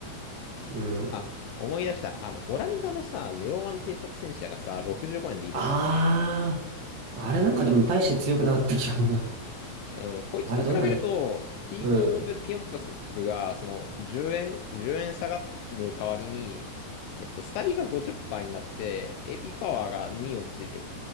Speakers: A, on the right; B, on the left.
A: うん。
B: あ、思い出した。あの、オランダのさ、レオワン偵察戦車がさ、65円でいるんだ。
A: ああ、あれなんかでも大して強くなかった記憶が。
B: あ、えーもうこいつと比べると、
A: あれどうなんだっけ
B: T5
A: うん。
B: オブピヨンプスが、その、10円、10円下がる代わりに、えっと、スタビが50%になって、AP パワーが2落ちる。